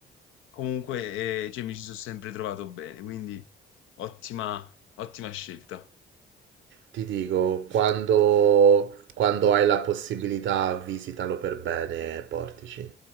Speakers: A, on the left; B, on the right.
A: comunque eh, cioè, mi ci sono sempre trovato bene, quindi ottima, ottima scelta.
B: Ti dico, quando, quando hai la possibilità, visitalo per bene e portici.